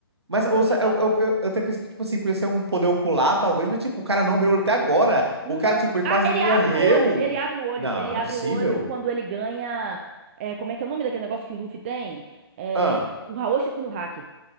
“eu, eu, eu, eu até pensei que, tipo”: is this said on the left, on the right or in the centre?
Right